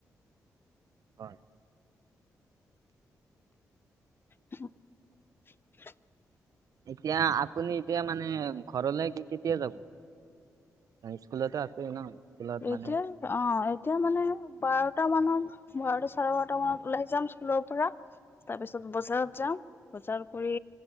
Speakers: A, on the right (about 65°); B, on the left (about 35°).
A: হয়
B: <inaudible>
A: এতিয়া আপুনি এতিয়া মানে ঘৰলে কি কেতিয়া যাব। ন সকুলতে আছে ন স্কুলত
B: এতিয়া
A: মানে
B: অ' এতিয়া মানে বাৰটা মানত বাৰ চাৰে বাৰটা মানত ওলাই যাম স্কুলৰ পৰা তাৰ পিছত বজাৰত যাম বজাৰ কৰি